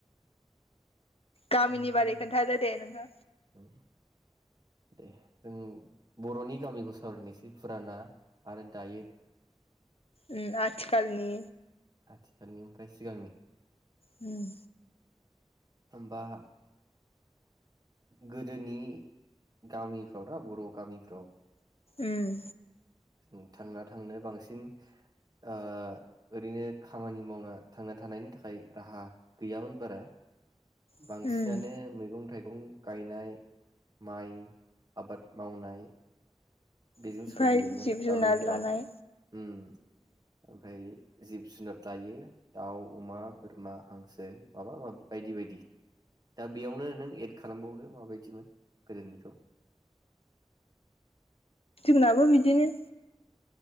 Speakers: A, on the left (about 65°); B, on the right (about 35°).
A: गामिनि
B: उम
A: बारै खोनथादो दे नोंहा
B: उम दे जों बर'नि गामिखौ सावरायनोसै फुराना आरो दायो
A: उम आथिखालनि
B: आथिखालनि ओमफ्राय सिगांनि
A: उम
B: होमबा गोदोनि गामिफ्राव दा बर' गामिफ्राव
A: ओम
B: उम थांना थांनो बांसिन ओ ओरैनो खामानि मावना थांना थानायनि थाखाय राहा गैयामोन बारा
A: उम
B: बांसिनानो मैगं थाइगं गं गायनाय माइ आबाद मावनाय बेजों
A: ओमफ्राय
B: सोलियोमोन
A: जिब जुनार
B: गामिफ्राव
A: लानाय
B: उम ओमफ्राय जिब जुनार लायो दाउ अमा बोरमा हांसो माबा माबि बायदि बायदि दा बेयावनो नों एद खालामबावदो माबायदिमोन गोदोनिखौ
A: जोंनाबो बिदिनो